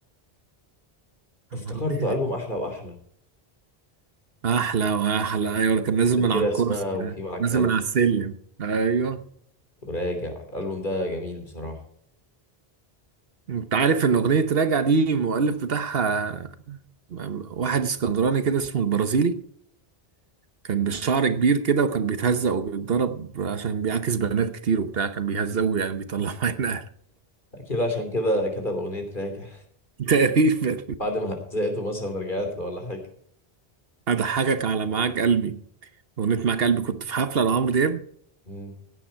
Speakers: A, on the left (about 55°); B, on the right (about 70°).
A: افتكرته
B: أمال إيه ده
A: البوم احلى واحلى
B: أحلى وأحلى أيوة كان نازل
A: اللي
B: من
A: فيه
B: على
A: رسمه
B: الكرسي
A: وفيه
B: ده
A: معاك
B: نازل
A: قلب
B: من على السلم أيوة
A: وراجع الالبوم ده جميل بصراحه
B: انت عارف ان اغنية راجع دي المؤلف بتاعها واحد اسكندراني كده اسمه البرازيلي كان بالشعر كبير كده وكان بيتهزق وبيتضرب عشان بيعاكس بنات كتير وبتاع كان بيهزقوا يعني بيطلعوا عين اهله
A: اكيد عشان كده كتب اغنيه راجع
B: <laughs> تقريبا
A: بعد ما زهقته مثلا رجعت له ولا حاجه
B: اضحكك على معاك قلبي اغنية معاك قلبي كنت في حفلة لعمرو دياب
A: امم